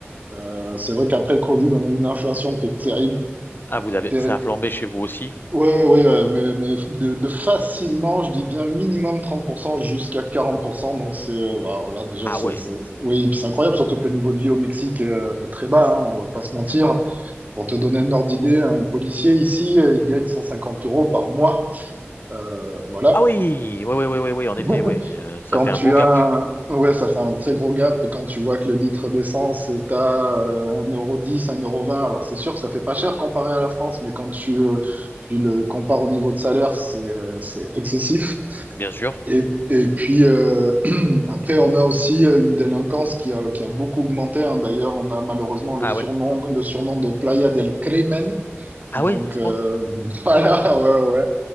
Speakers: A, on the right (about 35°); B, on the left (about 50°).
A: euh, c'est vrai qu'après le Covid, on a eu une inflation qui est terrible.
B: Ah vous avez
A: Péri-
B: ça a flambé chez vous aussi?
A: Ouais, ouais, ouais, mais, mais de, de facilement, je dis bien minimum 30% jusqu'à 40%. Donc, c'est, euh, bah, alors là, déjà,
B: Ah
A: c'est,
B: ouais.
A: c'est- c'est- oui, et puis c'est incroyable, surtout que le niveau de vie au Mexique euh, est très bas, hein, on va pas se mentir. Pour te donner un ordre d'idée, hein, un policier ici, euh, il gagne 150 euros par mois. Euh, voilà.
B: Ah oui, oui, oui, oui, oui, oui, en
A: <laughs>
B: effet, oui. Euh, ça
A: Quand
B: fait
A: tu
B: un beau gap,
A: as Ouais, ça fait un très gros gap quand tu vois que le litre d'essence est à euh, un euro dix, un euro vingt. Alors c'est sûr que ça fait pas cher comparé à la France, mais quand tu, euh, tu le compares au niveau de salaire, c'est euh, c'est excessif.
B: bien sûr.
A: Et, et puis euh, après, on a aussi euh, une délinquance qui a, qui a beaucoup augmenté. hein. D'ailleurs, on a malheureusement le
B: Ah
A: surnom,
B: ouais.
A: le surnom de Playa del Crimen.
B: Ah
A: Donc
B: ouais, à ce
A: euh,
B: point?
A: <laughs> voilà, ouais, ouais.